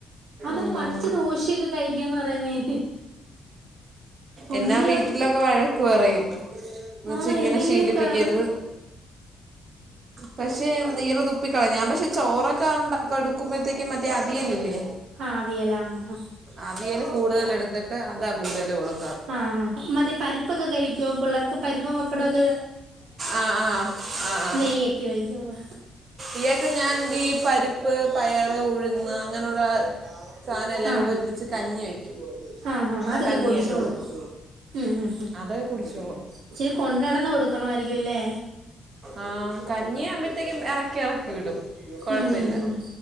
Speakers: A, on the right; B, on the right.
A: അതാ
B: ഉം.
A: പച്ച ദോശയൊക്കെ കഴിക്കാന്ന് പറയുന്നേ ഒന്നി
B: എന്നെ വീട്ടിലൊക്കെ
A: അവർക്ക്
B: വഴക്ക് പറയും എന്ന് വെച്ചാ
A: ആഹ്
B: ഇങ്ങനെ
A: എന്തെങ്കിലും
B: ശീലിപ്പിക്കരുത്
A: കറി
B: പക്ഷേ <unintelligible> തുപ്പിക്കളയും ഞാൻ പക്ഷെ ചോറൊക്കെ ഉണ്ടാ കൊടുക്കുമ്പഴത്തേക്ക് മറ്റേ അവിയലില്ലേ
A: ആഹ് അവിയലാ <unintelligible>
B: അവിയല് കൂടുതലെടുത്തിട്ട് അതാ കൂടുതല് കൊടു
A: ആ ആ മറ്റേ പരിപ്പൊക്കെ കഴിക്കോ പിള്ളേർക്ക് പരിപ്പും പപ്പടൊക്കെ
B: ആഹ് ആഹ് ആഹ് ആഹ്
A: നെയ്യക്കെ ഒഴിക്കുമ്പം
B: ഇയാക്ക് ഞാൻ ദീ പരിപ്പ് പയറ് ഉഴുന്ന് അങ്ങനയുള്ള സാധനം എല്ലാം
A: ആ
B: കൂടെ ഒരുമിച്ച് കഞ്ഞി വെയ്ക്കും
A: ആ ആ
B: ക
A: അതൊക്കെ
B: കഞ്ഞിയായിട്ട്
A: കുടിച്ചോളും
B: കൊടുക്കും
A: ഉം ഉം ഉം
B: അതൊക്കെ കുടിച്ചോളും
A: ഇച്ചിരി കൊണ്ട് നടന്ന് കൊടുക്കണമായിരിക്കും അല്ലേ
B: ആഹ് കഞ്ഞിയാവുമ്പഴത്തേക്കും എറക്കിയെറക്കി വിടും കുഴപ്പമില്ല
A: ഉം ഉം ഉം